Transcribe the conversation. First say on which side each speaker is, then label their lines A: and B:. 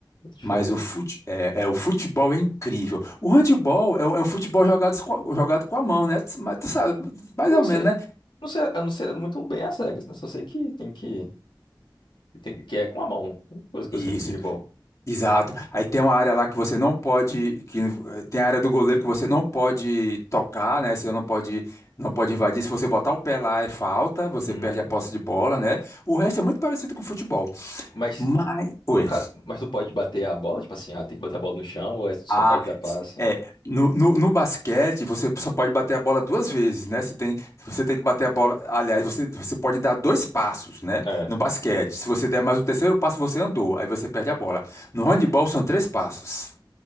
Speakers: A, on the left; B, on the left.
A: diferente.
B: Mas o, fute, é, é, o futebol é incrível. O handball é, um é um futebol jogado, com a- jogado com a mão, né? Mas tu sabe, mais
A: Eu
B: ou
A: não sei,
B: menos, né?
A: não sei, eu não sei muito bem as regras, né? Só sei que tem que, que tem, que é com a mão, a única coisa que
B: Isso.
A: eu sei do handball.
B: Exato. Aí tem uma área lá que você não pode, que eh, tem a área do goleiro que você não pode tocar, né? Você não pode, não pode invadir. Se você botar o pé lá é falta, você
A: Hum.
B: perde a posse de bola, né? O resto é muito parecido com o futebol.
A: Mas,
B: Mas, oi.
A: no caso, mas tu pode bater a bola, tipo assim, ah, tem que bater a bola no chão ou é, só
B: Ah,
A: pode dar passe?
B: é, no, no, no basquete você só pode bater a bola duas vezes, né? Você tem, você tem que bater a bola, aliás, você, você pode dar dois passos, né?
A: É.
B: No basquete. Se você der mais o terceiro passo, você andou, aí você perde a bola. No handebol são três passos.